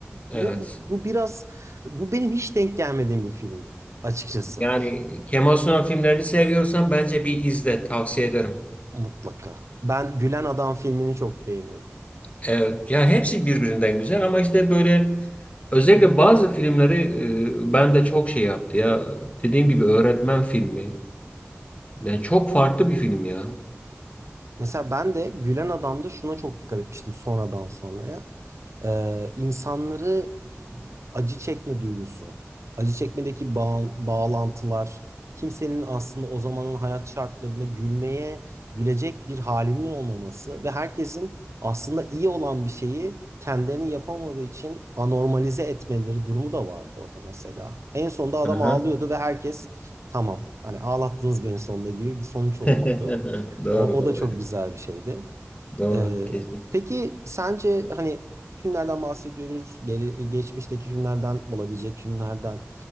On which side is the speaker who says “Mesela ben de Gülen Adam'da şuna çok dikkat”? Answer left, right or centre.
Right